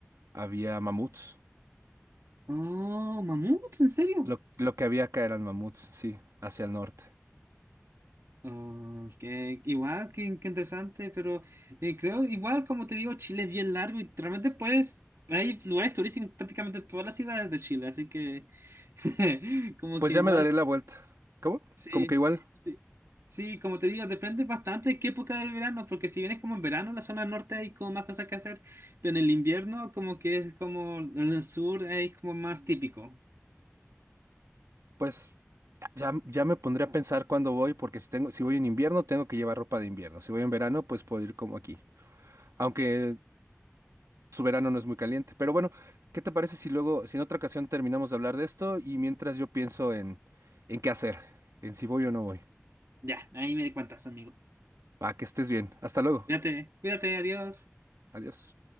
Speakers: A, on the right; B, on the right.
A: había mamuts.
B: Oh, mamuts, ¿en serio?
A: Lo, lo que había acá eran mamuts, sí, hacia el norte.
B: Oh, que, igual, que, que interesante, pero eh, creo, igual, como te digo, Chile es bien largo y realmente puedes, hay lugares turísticos en prácticamente todas las ciudades de Chile, así que <laughs> como
A: Pues
B: que
A: ya
B: igual
A: me daré la vuelta. ¿Cómo?
B: Sí,
A: Como que igual,
B: sí, sí, como te digo, depende bastante de qué época del verano, porque si vienes como en verano, en la zona norte hay como más cosas que hacer, pero en el invierno como que es como en el sur hay como más típico.
A: pues ya, ya me pondré a pensar cuándo voy, porque si tengo, si voy en invierno, tengo que llevar ropa de invierno. Si voy en verano, pues puedo ir como aquí. Aunque su verano no es muy caliente. Pero bueno, ¿qué te parece si luego, si en otra ocasión terminamos de hablar de esto y mientras yo pienso en, en qué hacer, en si voy o no voy?
B: Ya, ahí me cuentas, amigo.
A: Va, que estés bien. Hasta luego.
B: Cuídate, cuídate, adiós.
A: Adiós.